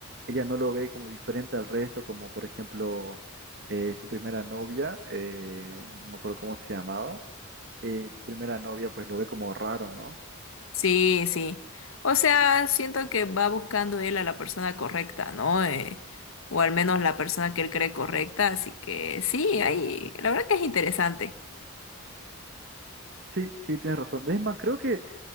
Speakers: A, on the right (about 50°); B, on the left (about 75°).
A: ella no lo ve como diferente al resto, como por ejemplo eh, su primera novia, eh, no me acuerdo cómo se llamaba, eh, su primera novia pues lo ve como raro, ¿no?
B: Sí, sí. O sea, siento que va buscando él a la persona correcta, ¿no? Eh, o al menos la persona que él cree correcta. Así que sí, ahí, la verdad que es interesante.
A: Sí, sí, tienes razón. Es más, creo que